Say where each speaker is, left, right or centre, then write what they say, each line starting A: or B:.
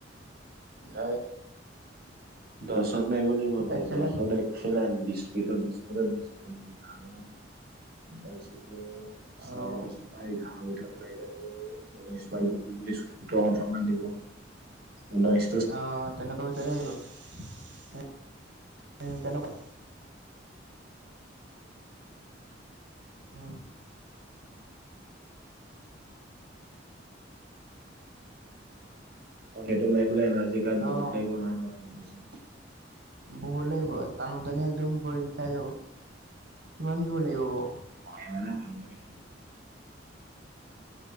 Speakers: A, on the right (about 55°); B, on the right (about 70°).
A: ত দছত নাৰিব লাগিব তই
B: এক্সেলেণ্ট
A: দহত এক বিসিত বি বিছ পাব আৰু তাৰপিছতো <unintelligible>
B: আৰু
A: ভিতৰত লাগিলে তোৰ ঊনৈশ ম ঊনৈশ সোতৰ ওঠৰ মান দিব ঊনৈশ
B: অ' তেনেকুৱা ভিতৰে আহিব তেনেকুৱা উ
A: অ' সেইটো মাৰি বোলে <unintelligible>
B: অ'
A: বহুত লাগিব নহয় লৰাক কৈছে
B: বহুত লাগিব টানো টানি একদম ভৰি বিষাই যাব। কিমান জোৰ লাগিব বাৰ
A: <unintelligible>